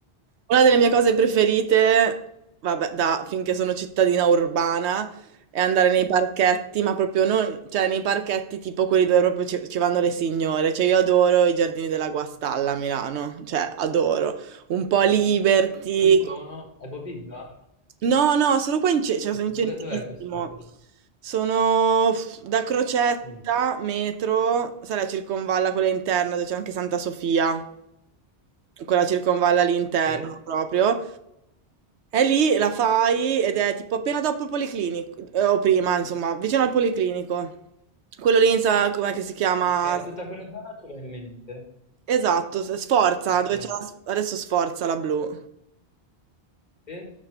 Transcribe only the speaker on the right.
una delle mie cose preferite, vabbè, da finché sono cittadina urbana, e andare nei parchetti, ma proprio non, cioè nei parchetti tipo quelli dove proprio ci, ci vanno le signore. Cioè io adoro i giardini della Guastalla a Milano, cioè adoro. Un po' Liberty.
No, no, sono qua in ce- cioè, sono
in centrissimo.
Sono uff, da Crocetta,
metro, sai la circonvalla quella interna dove c'è anche Santa Sofia, quella circonvalla all'interno
proprio. E lì la fai ed è tipo appena dopo il policlinico, eh, o prima, insomma, vicino al policlinico. Quello lì, sa com'è che si chiama?
Esatto, s- Sforza,
dove c'è la s- adesso Sforza la blu.